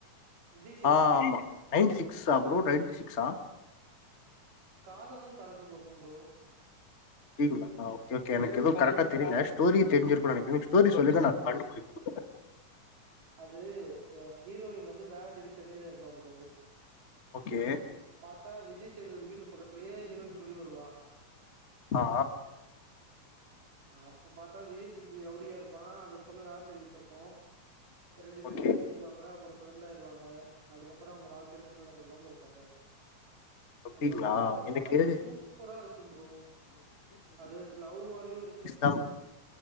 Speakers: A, on the right (about 85°); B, on the left (about 35°).
A: விஜய் சேதுபதி
B: ஆ ஆமா நைன்டி சிக்ஸா ப்ரோ நைன்டி சிக்ஸா
A: காதலும் கடந்து போகும் ப்ரோ
B: டீகுள்ளா ஆ ஓகே ஒகே எனக்கு எதும் கரெக்டா தெரில ஸ்டோரி தெரிஞ்சிருக்கு நெனக்கிற நீங் ஸ்டோரி சொல்லுங்க நா கண்டுபுடிக்
A: அது ஹீரோயின் வந்து வேல தேடி சென்னையில இருப்பா ப்ரோ
B: ஓகே
A: பாத்தா விஜய் சேதுபதி வீட்டு பக்கத்துலயே ஹீரோயின் குடி வருவா
B: ஆ
A: அப்ப பாத்தா விஜய்சேத்பதி ரவுடியா இருப்பா அந்த பொண்ணு வேல தேடிகிட்ருக்கூ ரெண்டு பேரும்
B: ஓகே
A: பேசிக் க்குவாங்க அப்பறொ ஃப்ரெண்ட் ஆயிருவாங்க அதுக்கப்பற அவுங்க வாழ்க்கையில என்ன நடக்குதுதா ப்ரோ கத
B: அப்படிங்களா
A: அது வந்து அந்த
B: எனக்கு
A: படொ சூப்பரா இருக்கும் ப்ரோ அது லவ் மாரியு இருக்கு
B: தாம்